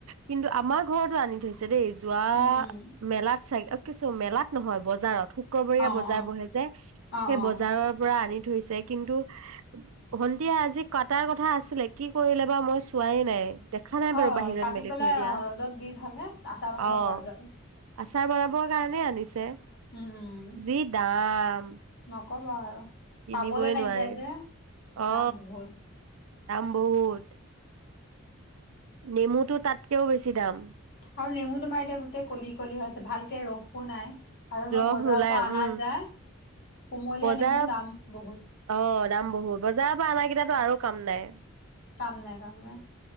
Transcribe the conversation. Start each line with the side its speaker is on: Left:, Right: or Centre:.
Right: কিন্তু আমাৰ ঘৰতো আনি থৈছে দেই যোৱা,
Left: উম উম
Right: মেলাত চাই অ কিছু মেলাত নহয় বজাৰত। শুকুবৰীয়া
Left: অ অ
Right: বজাৰ বহে যে
Left: অ
Right: সেই
Left: অ
Right: বজাৰৰ পৰা আনি থৈছে। কিন্তু ভন্টিয়ে আজি কাটাৰ কথা আছিলে কি কৰিলে বা মই চোৱাই নাই। দেখা নাই
Left: অ
Right: বাৰু বাহিৰত
Left: কাটি
Right: মেলি
Left: পেলাই
Right: থৈ দিয়া
Left: অ ৰ'দত দি থলে আচাৰ
Right: অ',
Left: বনাব পৰা যাব।
Right: আচাৰ বনাবৰ কাৰণেই আনিছে।
Left: উম উম
Right: যি দাম।
Left: নকবা আৰু,
Right: কিনিবই
Left: পাবলে নাইকিয়া
Right: নোৱাৰে।
Left: যে
Right: অ
Left: দাম বহুত
Right: দাম বহুত। নেমুটো তাতকেও বেছি দাম।
Left: আৰু নেমু তোমাৰ এতিয়া গোটেই কলি কলি হৈ আছে ভালকে ৰসো নাই। আৰু
Right: ৰস
Left: মই বজাৰৰ
Right: নোলাই
Left: পৰা অনা
Right: উম
Left: যায় কুমলীয়া
Right: বজাৰত
Left: নেমু দাম বহুত।
Right: অ দাম বহুত। বজাৰৰ পৰা অনা কেইটাতো আৰু কাম নাই।
Left: কাম নাই কাম নাই।